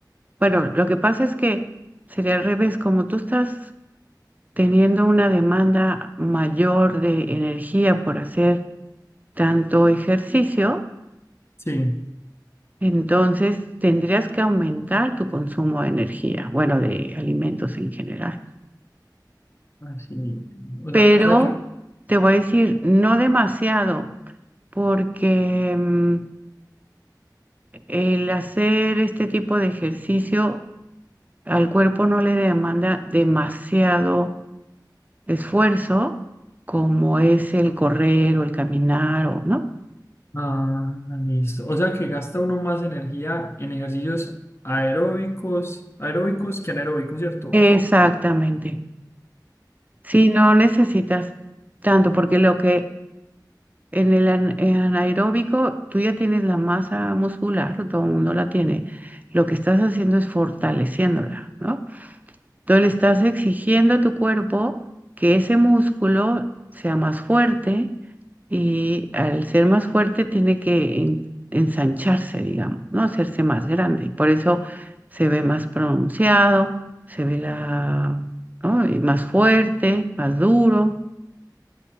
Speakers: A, on the right; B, on the left.
A: bueno, lo que pasa es que sería al revés, como tú estás teniendo una demanda mayor de energía por hacer tanto ejercicio,
B: Sí,
A: entonces tendrías que aumentar tu consumo de energía, bueno, de alimentos en general.
B: así. O
A: Pero
B: sea, o sea que,
A: te voy a decir, no demasiado, porque mm, el hacer este tipo de ejercicio al cuerpo no le demanda demasiado esfuerzo, como es el correr o el caminar, o, ¿no?
B: ah, listo. O sea que gasta uno más energía en ejercicios aeróbicos, aeróbicos que anaeróbicos, ¿cierto?
A: Exactamente.
B: o
A: Si no necesitas tanto, porque lo que en el an- en anaeróbico tú ya tienes la masa muscular, todo el mundo la tiene. Lo que estás haciendo es fortaleciéndola, ¿no? Tú le estás exigiendo a tu cuerpo que ese músculo sea más fuerte y al ser más fuerte tiene que en- ensancharse, digamos, ¿no? Hacerse más grande. Y por eso se ve más pronunciado, se ve la, ¿no? y más fuerte, más duro.